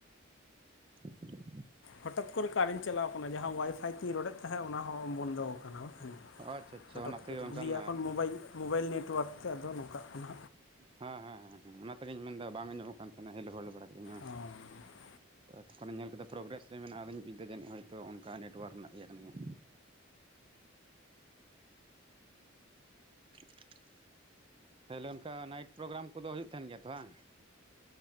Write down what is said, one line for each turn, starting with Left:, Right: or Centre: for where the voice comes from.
Right: <inaudible>
Left: ᱦᱚᱴᱟᱛ ᱠᱚᱨᱮ ᱠᱟᱨᱮᱱ ᱪᱟᱞᱟᱣ ᱠᱟᱱᱟ, ᱡᱟᱦᱟ ᱚᱣᱟᱭ ᱯᱷᱟᱭ ᱛᱤᱧ ᱨᱚᱲ ᱮᱫ ᱛᱟᱦᱮᱸᱫ ᱚᱱᱟ ᱦᱚᱸ ᱵᱚᱱᱫᱚᱣ ᱠᱟᱱᱟ᱾ ᱦᱮᱸ
Right: ᱟᱪᱪᱷᱟ ᱟᱪᱪᱷᱟ
Left: ᱦᱚᱴᱟᱛ
Right: ᱚᱱᱟ
Left: <unintelligible>
Right: ᱛᱮᱜᱮ ᱚᱱᱠᱟᱱᱟᱜ
Left: ᱢᱳᱵᱟᱭᱤᱞ ᱢᱳᱵᱟᱭᱤᱞ ᱱᱮᱴᱣᱟᱨᱠ ᱛᱮ ᱟᱫᱚ ᱱᱚᱝᱠᱟᱜ ᱠᱟᱱᱟ᱾
Right: ᱦᱮᱸ ᱦᱮᱸ ᱦᱮᱸ ᱚᱱᱟ ᱛᱮ ᱜᱤᱧ ᱢᱮᱱ ᱫᱟ ᱵᱟᱝ ᱟᱸᱡᱚᱢᱚᱜ ᱠᱟᱱ ᱛᱟᱦᱮᱱᱟ ᱦᱮᱞᱳ ᱦᱮᱞᱳ ᱵᱟᱲᱟ ᱠᱮᱫᱤᱧ᱾
Left: ᱚ
Right: ᱛᱚᱠᱷᱚᱱᱮ ᱧᱮᱞ ᱠᱮᱫ ᱯᱨᱚᱜᱽᱨᱮᱥ ᱨᱮ ᱢᱮᱱᱟᱜᱼᱟ ᱟᱸᱫᱚᱧ ᱵᱩᱡ ᱫᱟ ᱡᱟᱹᱱᱤᱡ ᱦᱚᱭ ᱛᱚ ᱚᱱᱠᱟ ᱱᱮᱴᱳᱣᱟᱨᱠ ᱨᱮᱱᱟᱜ ᱤᱭᱟᱹ ᱠᱟᱱᱟ ᱜᱮᱭᱟ᱾ <inaudible> ᱛᱟᱦᱞᱮ ᱚᱱᱠᱟ ᱱᱟᱭᱤᱴ ᱯᱨᱳᱜᱨᱟᱢ ᱠᱚᱫᱚ ᱦᱳᱭᱳᱜ ᱛᱟᱦᱮᱱ ᱜᱮᱭᱟ ᱛᱚ ᱦᱟᱝ?